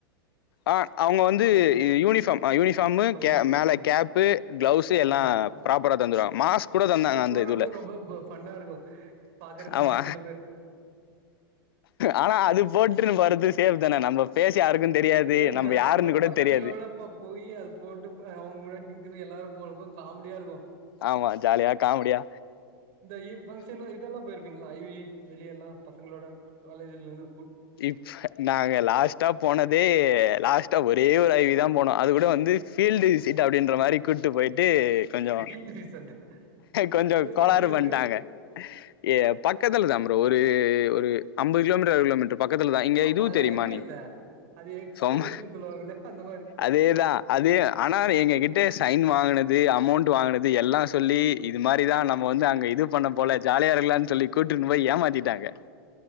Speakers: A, on the left (about 80°); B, on the right (about 55°).
A: ஆ அவுங்க வந்து
B: காஸ்டியூம்
A: யூனிஃபாம் யூனிஃபாமு
B: ஆமா
A: கே
B: யூனிஃபார்ம்
A: மேல
B: ஆமா
A: கேப்பு கிளவுஸ்ஸு எல்லா
B: ஆமா
A: ப்ராப்பரா தந்துருவாங்க மாஸ்க் கூட தந்தாங்க
B: அதெல்லா
A: அந்த
B: போறப்போ
A: இதுல
B: ரொம்ப ப ஃபன்னா இருக்கு பாக்குறதுக்கு
A: ஆமா
B: சில பேர்
A: ஆனா அது போட்றுன் போறது சேஃப் தான நம்ப ஃபேஸ் யாருக்கு தெரியாது
B: பேப்ப
A: நம்ம யாருன்னு
B: பட்
A: கூட
B: பசங்களோடப்ப
A: தெரியாது
B: போயி அது போட்டுப்ப அவுங்க முன்னாடி நி க்கிற எல்லாரு போட்ரப்போ காமெடியா இருக்கு
A: ஆமா ஜாலியா காமெடியா
B: இந்த இ ஃபங்க்ஷன்லா இதெல்லா போயிருப்பீங்களா ஐ வி வெளியல்லா பசங்களோட காலேஜ்லருந்து
A: இப்ஸ் நாங்க லாஸ்ட்டா போனதே லாஸ்ட்டா ஒ ரே ஒரு ஐ வி தான் போனோ அது கூட வந்து ஃபீல்டு விசிட் அப்படின்ற மாரி கூட்டு போயிட்டு கொஞ்சொ
B: ஃபீல்ட் ரிசர்டா
A: கொஞ்சொ
B: எங்க
A: கோளாறு
B: எந்த ஊருக்கு
A: பண்ட்டாங்க எ பக்கத்து தா ப்ரோ ஒரு ஒரு ஒரு ஐம்ப ஹஜ் கிலோமீட்டர் அறு கிலோமீட்டர் பக்கத்துலதா இங்க
B: அப்ப
A: இதுவு
B: அது
A: தெரியுமா
B: ஐவி
A: நீ
B: இல்ல அது எக்ஸ்கவேஷன்
A: சொம்
B: சொல்லுவாங்களே அந்த மாரி
A: அதேதான் அது ஆனா எங்க கிட்ட சைன் வாங்குனது அ அமௌண்ட் வாங்குனது எல்லா சொல்லி இது மாரிதா நம்ம வந்து அங்க இது பண்ண போல ஜாலியா இருக்கலாம்னு சொல்லி கூட்டுன் போய் ஏமாத்திட்டாங்க